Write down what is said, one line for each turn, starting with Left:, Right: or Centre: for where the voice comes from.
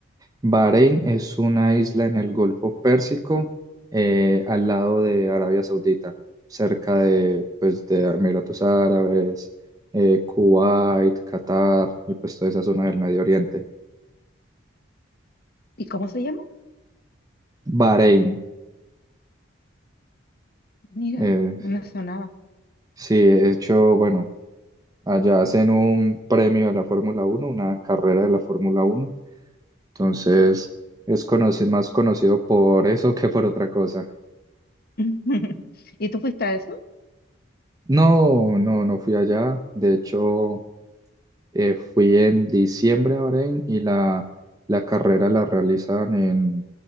Right: Bahrein es una isla en el Golfo Pérsico, eh, al lado de Arabia Saudita, cerca de, pues, de Emiratos Árabes, eh, Kuwait, Qatar y pues toda esa zona del Medio Oriente.
Left: ¿Y cómo se llama?
Right: Bahrein,
Left: Mira,
Right: eh,
Left: no me sonaba.
Right: sí, de hecho, bueno, allá hacen un premio de la Fórmula Uno, una carrera de la Fórmula Uno, entonces es conoci- más conocido por eso que por otra cosa.
Left: <laughs> ¿Y tú fuiste a eso?
Right: No, no, no fui allá. De hecho, Eh, fui en diciembre a Bahrein y la, la carrera la realizan en,